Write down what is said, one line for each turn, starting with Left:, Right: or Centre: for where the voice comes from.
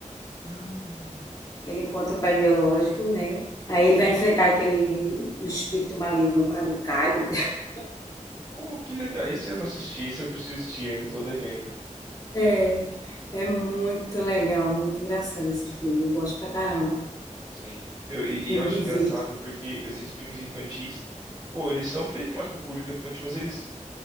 Right: Hum.
Left: Ele encontra o pai biológico, né? Aí ele vai enfrentar aquele o espírito maligno lá do Caio. <laughs>
Right: Pô, que legal. Esse eu não assisti, esse eu preciso assistir, ainda tô devendo.
Left: É, é muito legal, muito engraçado esse filme. Eu gosto pra caramba.
Right: Sim. Meu, e, e eu
Left: Me
Right: acho
Left: divirto.
Right: engraçado porque esses filmes infantis, pô, eles são feitos mais pro público infantil, mas eles